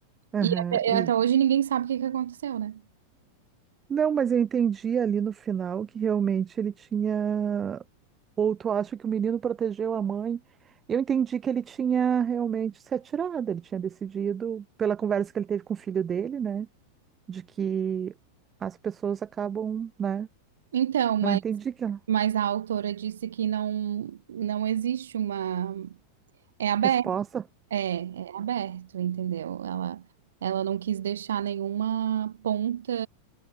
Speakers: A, on the right; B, on the right.
A: aham,
B: E até,
A: e...
B: até hoje ninguém sabe o que que aconteceu, né?
A: Não, mas eu entendi ali no final que realmente ele tinha. Ou tu acha que o menino protegeu a mãe? Eu entendi que ele tinha realmente se atirado, ele tinha decidido, pela conversa que ele teve com o filho dele, né? De que as pessoas acabam, né?
B: Então, mas,
A: Não entendi que a
B: mas a autora disse que não, não existe uma. É aberto,
A: resposta.
B: é, é aberto, entendeu? Ela, ela não quis deixar nenhuma ponta